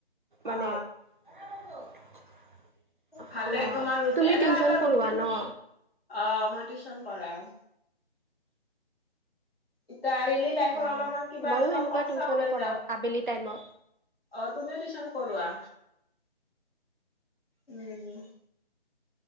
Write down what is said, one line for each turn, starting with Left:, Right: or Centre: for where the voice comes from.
Right: মানে
Centre: অ
Right: <unintelligible>
Centre: ভালে
Right: অ
Centre: তোমাৰ ৰুট
Right: তুমি
Centre: এনেকা
Right: টিউচন
Centre: এটা
Right: পঢ়োৱা
Centre: ৰুটিন
Right: ন
Centre: অ মই টিউচন কৰাও এতিয়া ডেইলি লাইফৰ
Right: অ
Centre: অলপমান কিবা
Right: ময়ো
Centre: এনেকুৱা
Right: সেনেকুৱা
Centre: খৰচা
Right: টিউচনে
Centre: ওলাই
Right: পঢ়াও
Centre: যাও
Right: আবেলি টাইমত
Centre: অ তুমিও টিউচন কৰোৱা উম